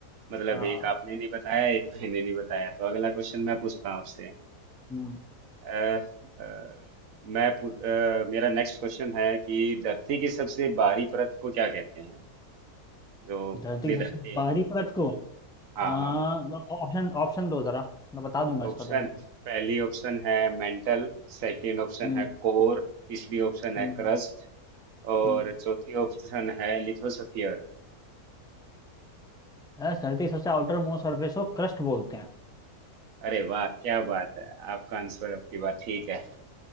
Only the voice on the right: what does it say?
मतलब
एक आपने नहीं बताया एक मैंने नहीं बताया तो अगला क्वेश्चन मैं पूछता हूँ आपसे
अ, अ, मैं पू- अ, मेरा नेक्स्ट क्वेश्चन है कि धरती की सबसे बाहरी परत को क्या कहते हैं जो
अपनी
धरती
है
हाँ
हाँ
ऑप्शन
पहली ऑप्शन है मेंटल सेकंड ऑप्शन
है कोर तीसरी ऑप्शन
है क्रस्ट और
चौथी ऑप्शन है लिथोसफियर
अरे वाह क्या बात है आपका आंसर आपकी बात ठीक है